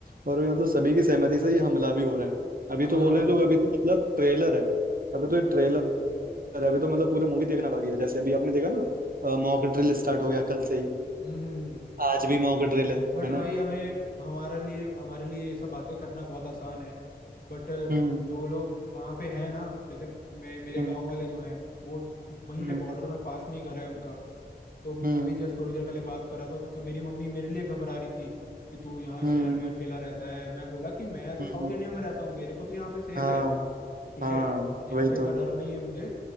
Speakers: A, on the right (about 55°); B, on the left (about 55°).
A: और अभी मतलब सभी की सहमति से ये हमला भी हो रहा है अभी
B: हाँ
A: तो बोल
B: हाँ
A: रहे
B: हाँ
A: हैं लोग अभी तो मतलब ट्रेलर है अभी तो ये ट्रेलर
B: हम्म
A: है अभी तो मतलब पूरा मूवी देखना बाकी है जैसे अभी आपने देखा ना मॉक
B: हम्म
A: ड्रिल स्टार्ट हो गया कल से ही
B: हम्म हम्म,
A: आज भी मॉक ड्रिल है
B: बट
A: है ना
B: भाई हमें हमारे लिए हमारे लिए ये सब बातें करना बहुत आसान है बट
A: हम्म
B: जो लोग वहाँ पे हैं ना जैसे मैं मेरे
A: हम्म
B: गांव वाले जो हैं वो वहीं
A: हम्म
B: पे बॉर्डर में पास में ही घर है उनका तो
A: हम्म
B: अभी जस्ट थोड़ी देर पहले बात कर रहा था तो मेरी मम्मी मेरे लिए घबरा रही थी कि तू यहाँ
A: हम्म
B: शहर में अकेला रहता है मैं बोला कि मैं तो
A: हम्म,
B: साउथ इंडिया में रहता हूँ मेरे को तो यहाँ पे सेफ
A: हाँ
B: है ठीक
A: हाँ
B: है यहाँ
A: वही
B: पे इतना
A: तो
B: डर नहीं है मुझे